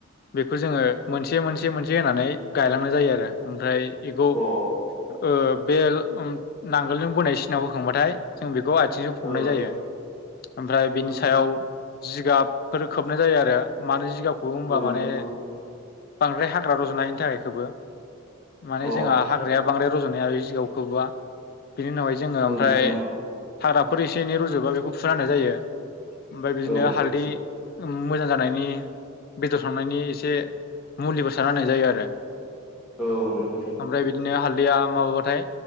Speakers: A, on the left (about 45°); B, in the centre.
A: बेखौ जोङो मोनसे मोनसे मोनसे होनानै गायलांनाय जायो आरो ओमफ्राय एखौ
B: औ
A: ओ बे उम नांगोलजों बोनाय सिनाखौ होांबाथाय जों बिखौ आइथिंजों फबनाय
B: औ
A: जायो। ओमफ्राय बेनि
B: औ
A: सायाव जिगाबफोर खोबनाय जायो आरो मानो जिगाब, खोबो
B: नोंथां
A: होमबा माने
B: अ
A: बांद्राय हाग्रा रज'नायनि थाखाय खोबो माने
B: औ
A: जोंहा हाग्राया बांद्राय रज'नो हाया बे जिगाबखो खोबोबा बिनि उनावहाय जोङो ओमफ्राय,
B: औ नोंथां औ
A: हाग्राफोर एसे एनै रुजोबा बेखौ फुुना होनाय जायो ओमफाय बिदिनो
B: अ औ नोंथां औ नोंथां
A: हालदै, मोजां जानायनि बेदर थांनायनि एसे मुलिबो सारना होननाय जायो आरो
B: औ नोंथां औ
A: ओमफ्राय बिदिनो हाल्दैया माबाबाथाय